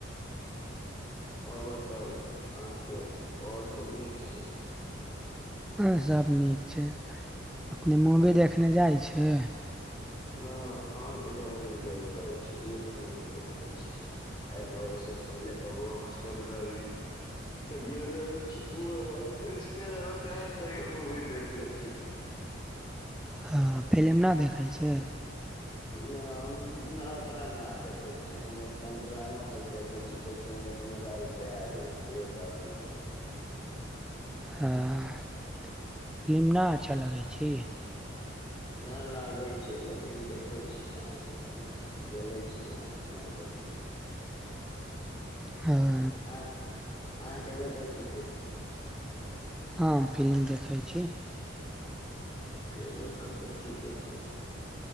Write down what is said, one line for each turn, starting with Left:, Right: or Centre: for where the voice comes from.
Left: आओर बताउ अहाँके आओर सभ नीक छै।
Centre: हँ सभ नीक छै अपने मूवी देखने जाइ छै।
Left: न अहाँ के रे गेल रहे छी उह तऽ मूवी देखले छी एक बार ओ सब पहिले क रहली तऽ गेल रहे छी उसके अलावा कह कहियो मूवी देखले छी।
Centre: हँ फिलिम नहि देखै छै।
Left: नहि हम नहि उतना नहि देखै छियै हम ओतना ड्रामा सभ देखै छियै तऽ ओसभ मोबाइल पे आ जाइ छिय देखै छी।
Centre: ह फिलिम नहि अच्छा लगै छी।
Left: नहि लागै छै लेकिन देखै छी ने हम ओ तऽ बोलै छी ने नहि देखैत छी।
Centre: ह।
Left: आ आ कमे कै ची
Centre: हँ फिलि्म देखै छी।
Left: चलो तऽ तऽ ठीके छै।